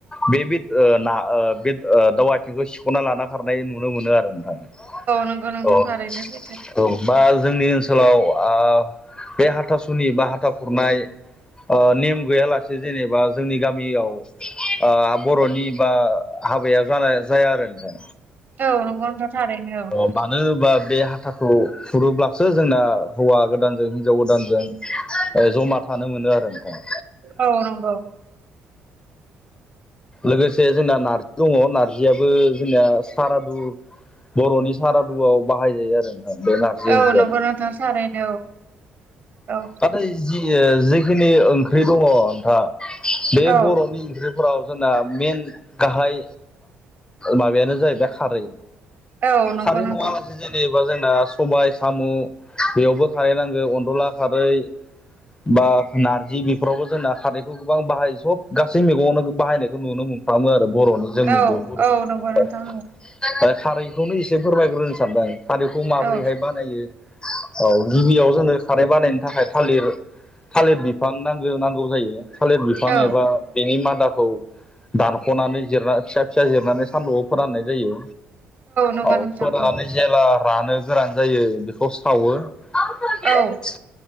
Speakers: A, on the left (about 20°); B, on the right (about 50°).
A: बे-बे ओ ना ओ बे दाउ आथिंखौ सिख'ना लाना खारनाय नुनो मोनो आरो। औ
B: नंगौ नोंथां थारैनो सैथो
A: औ बा जोंनि ओनसोल ओनसोलाव आ बे हाथा सुनि बा हाथा खुरनाय ओ नेम गैयालासे जेनेबा जोंनि गामियाव ओ बर'नि बा हाबाया जानाय जाया आरो नोंथां।
B: औ नोंथां। थारैनो औ
A: अ मानो बा बे हाथाखौ खुरोब्लासो जोंना हौवा गोदानजों हिनजाव गोदानजों जमा थानो मोनो आरो नोंथां।
B: औ नंगौ।
A: लोगोसे जोंना नारजि दङ नारजियाबो जोंना सारादु बर'नि सारादुआव बाहाय जायो आरो। बे नारजि
B: औ
A: ओंख्रि
B: नंगौ
A: आ
B: नोंथां थारैनो औ
A: नाथाय जि जिखिनि ओंख्रि दङ नोंथा बे
B: औ
A: बर'नि ओंख्रिफोराव जोंना मेन गाहाय माबायानो जाहैबाय खारै
B: औ नंगौ
A: खारै
B: नोंथां
A: नङालासे जेनेबा जोंना सबाय साम' बेयावबो खारै नांगौ अनदला खारै बा नारजि बेफोरावबो जोंना सारैखौ गोबां बाहायो सब गासै मैगंवनो बाहायनायखौ नुनो मोनो खालामो आरो बर'नि जोंनि
B: औ
A: बे बर'निफ
B: औ नंगौ नोंथां
A: खारैखौनो एसे फोरमायग्रोनो सानदों आं खारैखौ माब्रैहाय
B: औ
A: बानायो औ गिबियाव जोंनो खारै बानायनो थाखाय थालिर थालिर बिफां नांगौ नांगौ जायो। थालिर बिफां
B: औ
A: एबा बेनि मादा खौ दानख'नानै जिर फिसा फिसा जिरनानै सान्दुआव फोराननाय जायो
B: नंगौ
A: औ
B: नोंथां
A: फोरनानै
B: औ
A: जेब्ला रानो गोनां जायो बेखौ सावो स
B: औ